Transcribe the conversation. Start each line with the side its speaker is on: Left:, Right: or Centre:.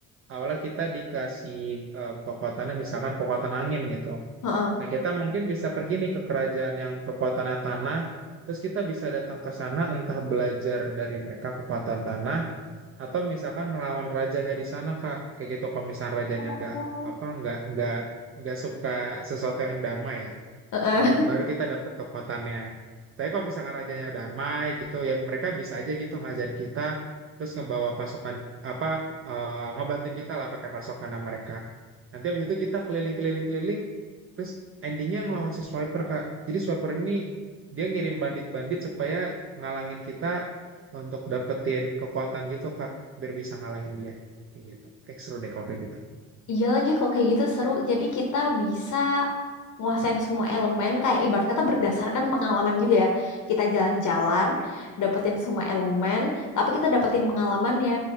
Right: awalnya kita dikasih eh, kekuatannya misalkan kekuatan angin gitu.
Left: Heeh.
Right: Nah kita mungkin bisa pergi nih ke kerajaan yang kekuatannya tanah. Terus kita bisa datang ke sana entah belajar dari mereka kekuatan tanah atau misalkan ngelawan rajanya di sana Kak. Kayak gitu kalau misalnya rajanya
Left: Oh,
Right: nggak apa nggak nggak nggak suka sesuatu yang damai ya.
Left: Heeh.
Right: Ya, baru baru kita dapat kekuatannya. Tapi kalau misalkan rajanya damai gitu ya mereka bisa aja gitu ngajarin kita terus ngebawa pasukan apa eh, ngebantuin kita lah pakai pasukan mereka. Nanti habis itu kita keliling-keliling-keliling terus endingnya ngelawan si Swiper Kak. Jadi Swiper ini dia ngirim bandit-bandit supaya ngalangin kita untuk dapetin kekuatan gitu Kak biar bisa ngalahin dia. Kayak gitu. Kayak seru deh kalau kayak
Left: Iya lagi kok kayak gitu seru. Jadi kita bisa nguasain semua elemen kayak ibarat kata berdasarkan pengalaman juga ya. Kita jalan-jalan, dapetin semua elemen, tapi kita dapetin pengalamannya.